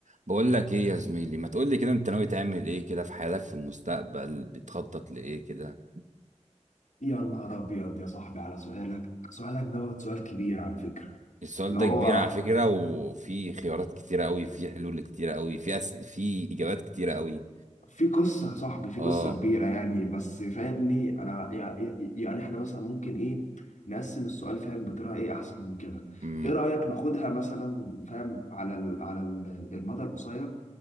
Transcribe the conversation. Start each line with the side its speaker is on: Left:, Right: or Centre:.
Right: بقول لك ايه يا زميلي ما تقول لي كده انت ناوي تعمل ايه كده في حياتك في المستقبل بتخطط لايه كده
Left: يا نهار أبيض يا صاحبي على سؤالك سؤالك دوت سؤال كبير على فكرة
Right: السؤال
Left: اللي
Right: ده
Left: هو
Right: كبير على فكرة وفي خيارات كتيرة قوي في حلول كتيرة قوي في أس... في اجابات كتيرة قوي
Left: في قصة يا صاحبي في
Right: اه
Left: قصة كبيرة يعني بس فاهمني أنا يعني يعني إحنا مثلا ممكن إيه نقسم السؤال فاهم بطريقة إيه أحسن من كده
Right: امم
Left: إيه رأيك ناخدها مثلا فاهم على ال على ال- المدى القصير